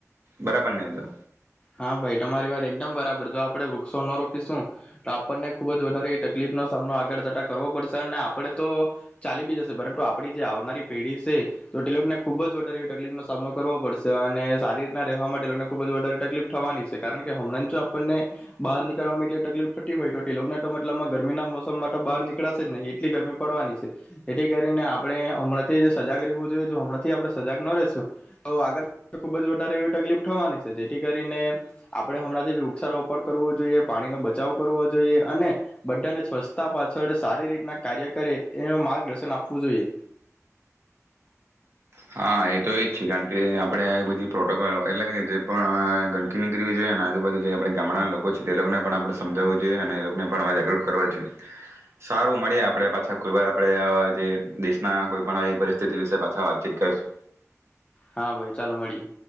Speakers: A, on the right (about 55°); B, on the left (about 20°).
A: બરાબર ને એ તો?
B: હા ભાઈ તમારી વાત એકદમ બરાબર જો આપડણે વૃક્ષો ન રોપીશું તો આપણને ખુબ જ વધારે એવી તકલીફ નો સામનો આગળ કરતા કરવો પડશે અને આપડે તો ચાલી બી જશે પરંતુ આપડી જે આવનારી પેઢી છે તો તેલોકને ખુબ જ વધારે એવી તકલીફ નો સામનો કરવો પડશે અને સારી રીતના રહેવાવામાં તે લોકોને ખુબ જ વધારે તકલીફ થવાની છે કારણ કે હમણાં તો આપણને બહાર નીકળવામાં એટલી તકલીફ થતી હોય તે લોકને તો મતલબમાં ગરમીના મોસમ માટે તો બહાર નીકળશે જ નહી એટલી ગરમી પડવાની છે જેથી કરીને આપણે હમણાંથી જે સજાગ રહેવું જોઈએ હમણાંથી આપણે સજાગ ન રેશું તો આગળ ખુબ જ વધારે એવી તકલીફ થવાની છે જેથી કરી કરીને આપણે હમણાંથી વૃક્ષારોપડ કરવું જોઈએ પાણીનો બચાવ કરવો જોઈએ અને બધાને સ્વચ્છતા પાછળ સારી રીતના કાર્ય કરે એનું માર્ગદર્શન આપવું જોઈએ.
A: હા એ તો એજ છે કારણ કે આપડે આ બધી પ્રોટોકોલ એટલે જે પણ ગંદકીની કરવી જોઈએ અને આજુબાજુ જે આપણે ગામડા લોકો છે તે લોકોને પણ આપે સમજાવવું જોઈએ અને એ લોકોને પણ જાગૃત કરવા જોઈએ. સારું મળે આપડે પાછા કોઈ વાર આપે આ જે દેશના કોઈ પણ આવી પરિસ્થિતિ વિશે પાછા વાતચીત કરશું.
B: હા ભાઈ ચાલો મળીએ.